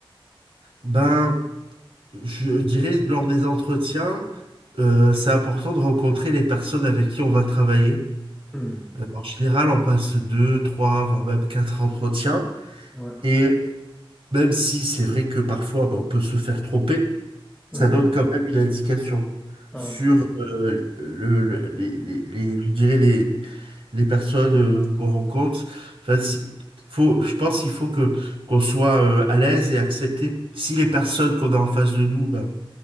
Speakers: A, on the right (about 75°); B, in the centre.
A: ben, je dirais, lors des entretiens, euh, c'est important de rencontrer les personnes avec qui on va travailler.
B: Hmm.
A: Euh, en général, on passe deux, trois, voire même quatre entretiens.
B: Ouais.
A: Et même si c'est vrai que parfois, ben, on peut se faire tromper,
B: Mhm.
A: ça donne quand même une indication
B: OK.
A: sur euh, le, le- les, les, les- je dirais les, les personnes euh, qu'on rencontre. Enfin, si- faut, je pense qu'il faut que qu'on soit euh, à l'aise et accepter. Si les personnes qu'on a en face de nous, bah,